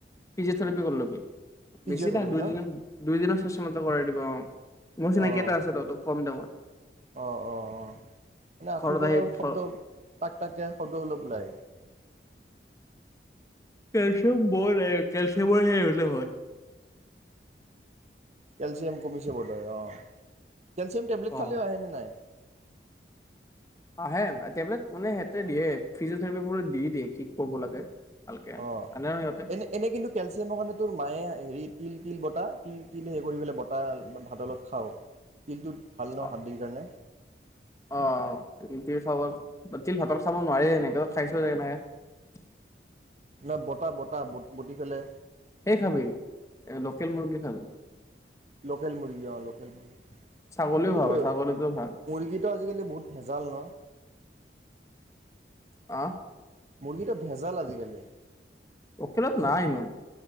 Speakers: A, on the left; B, on the right.
A: ফিজিঅ থেৰেপি কৰি লবি
B: ফিজিঅ'থেৰাপি
A: বেছি দা দুইদিনৰ
B: ন?
A: দুইদিনৰ চেচনতে কৰাই দিব অ মোৰ চিনাকি
B: অ'
A: এটা আছে ৰ তক কম দে মই
B: অ' অ' অ' মানে আঁঠুৰ
A: ঘৰত
B: পৰা
A: আহি
B: শব্দ
A: থ
B: টাক টাককে শব্দ অলপ ওলাই
A: কেলচিয়াম বৰ কেলচিয়াম বৰ সেৱাই হলে হয়
B: কেলচিয়াম কমিছে বোধৈ অ কেলছিয়াম টেবলেট
A: অ',
B: খালীও আহে নে নাই
A: আহে টেবলেট মানে সিহঁতে দিয়ে ফিজিঅথেৰেপি বোৰ দি দিয়ে কি কৰিব লাগে। ভালকে
B: অ
A: জানে ন সিহঁতে
B: এনে এনে কিন্তু কেলচিয়ামৰ কাৰণে তোৰ মায়ে হেৰি তিল তিল তিল বতাহ তিল তিল সেই কৰি পেলাই বতাহ ভাতৰ লগত খাওঁ তিলটোত ভাল ন
A: অ',
B: হাতদিৰ কাৰণে
A: অ তিল খাব তিল ভাতৰ চাব নোৱাৰিে এনেক খাইছো যে কেনেকে
B: ন বতাহ বতাহ বটি ফেলে
A: এই খাবি লোকেল মুৰ্গী খাবি
B: লোকেল মুৰ্গী অ লোকেল মুৰ্গী
A: ছাগলীও
B: কিন্তু
A: খাবা ছাগলীটো ভাল।
B: মুৰ্গীটো আজিকালি বহুত ভেজাল ন
A: অ
B: মুৰ্গীটো ভেজাল আজিকালি
A: উকিলত নাই ইমান